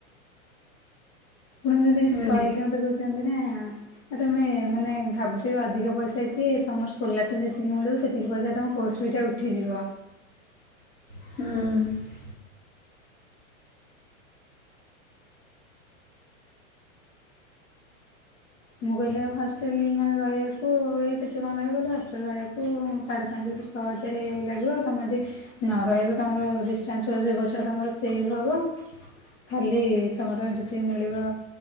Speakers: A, on the left; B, on the left.
A: ଆପଣଙ୍କୁ ଯଦି କିଛି
B: ହୁଁ। ହୁଁ
A: କହିଲେ ମୋତେ କହୁଛନ୍ତି ନା। ଆ ତମେ ମାନେ ଭାବୁଛ କି ଅଧିକ ପଇସା କି ତମର ସ୍କଲରସିପ୍ ଯେତିକି ମିଳିବ ସେତିକି ପଇସା ତମ କୋର୍ସ ବିଟା ଉ ଠିଯିବ
B: ହଁ
A: ମୁଁ କହିଲି ଆଉ ହଷ୍ଟେଲ ମାନେ ରହିବାକୁ ଆଉ ଏ କେତେ କଣ ଲାଗେ କହିଲ ହଷ୍ଟେଲ ରହିବାକୁ ସାଢ଼େ ପାଞ୍ଚ ରୁ ଛଅ ହଜାର ଲାଗିବ ତମେ ଯଦି ନ ରହିବ ତମର ଡିାନ୍ସ ର ରହିବ ସେଟା ତମର ସେଭ ହବ। ଖାଲି ତମର ଯଦି ମିଳିବ